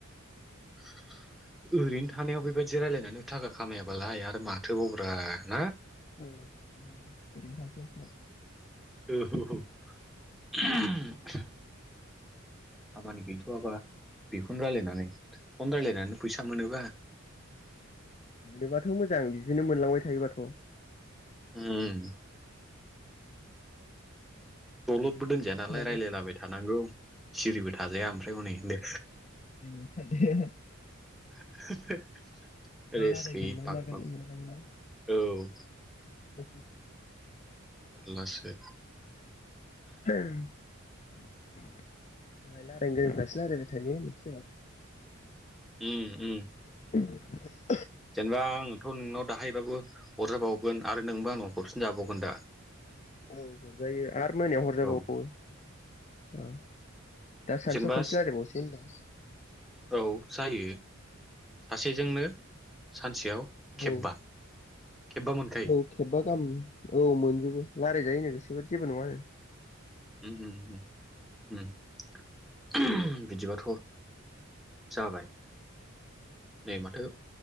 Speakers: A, in the centre; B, on the left.
A: <unintelligible> ओरैनो थानायाव बेबायदि रायलायनानै थाखा खामायाबालाय आरो माथोबावब्रा ना।
B: औ ओरैनो थास्लाय स्लाय।
A: औ <inaudible>
B: थास्लायस्लाय
A: खामानि गैथ'वाबा बेखौनो रायजलायनानै फन रायजलायनानै फैसा मोनोबा।
B: मोनोबाथ' मोजां बिदिनो मोनलांबाय थायोबाथ'।
A: उमम। दलदबो
B: मोनलांबाय
A: दोनजाया नालाय
B: थायाबासो
A: रायजलायलाबाय थानांगौ सिरिबो थ। थाजाया ओमफ्राय हनै दे
B: दिनै सासेया
A: <inaudible>
B: मा
A: रेस्ट
B: रायलायगोन
A: गोयै
B: मा
A: बाब
B: मागोन
A: बाब
B: मोनलायलाङोना
A: औ ओम
B: <inaudible>
A: लासो
B: मालाय रायलायनो गोरोंफ्रासो रायजलायबाय थायो नोंसोराव।
A: ओम ओम।
B: <inaudible>
A: जेनेबा आंथ' नोंनाव दाहायबाबो। हरजाबावगोन आरो नोंबो आंनाव हरफिनजाबावगोन दा।
B: औ हरजायो आरो मोनायाव हरजाबावो
A: औ
B: औ। दा सानसुआव
A: जेनेबा
B: खनसे रायलायबावसै होनबा
A: औ जायो। सासेजोंनो सानसेयाव
B: औ
A: खेबबा खेबबा मोनखायो।
B: औ खेबबा गाहाम औ मोनजोबो रायजायजायो गोसोब जेबो नङानो।
A: ओम ओम ओम ओम बिदिबाथ' जाबाय नै माथो